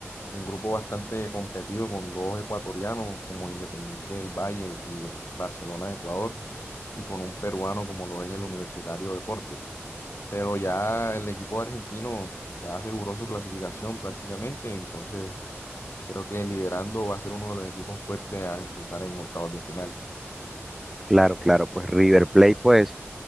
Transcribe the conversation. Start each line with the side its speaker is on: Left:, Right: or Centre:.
Left: un grupo bastante competido con dos ecuatorianos como Independiente del Valle y el Barcelona de Ecuador y con un peruano como lo es el Universitario Deportes. Pero ya el equipo argentino ya aseguró su clasificación prácticamente, entonces creo que liderando va a ser uno de los equipos fuertes a enfrentar en octavos de final.
Centre: Claro, claro, pues River Plate, pues